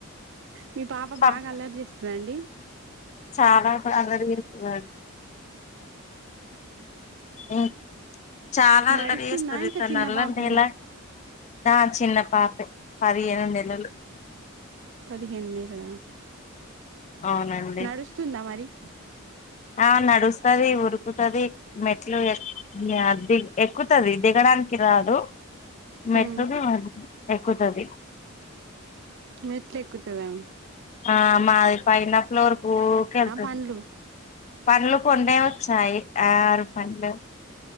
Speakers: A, on the right (about 60°); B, on the left (about 35°).
A: మీ పాప
B: పప్పు
A: బాగా అల్లరి జేస్తుందండి
B: చాలా ప్రగర్ చేసేవా ఇ చాలా అల్లరి
A: నడుస్తుందా
B: వేస్తది
A: ఇంకా
B: ఇ స
A: చిన్న
B: న అల్లరి
A: పాపేనా
B: నల నా చిన్న పాప పదిహేను నెలలు
A: పదిహేను నెలలా
B: అవునండి
A: నడుస్తుందా మరి <inaudible>
B: ఆ నడుస్తుది ఉరుకుతుది మెట్లు ఎ ది ఎక్కుతుది దిగడానికి రాదు
A: హ్మ్.
B: మెట్రో దే అది ఎక్కుతది
A: మెట్లు ఎక్కుతదా
B: ఆ మా పైన ఫ్లోర్ కి ఊకే వెళ్తది.
A: పండ్లు
B: పనులు పొండే వచ్చాయి ఆరు పనులు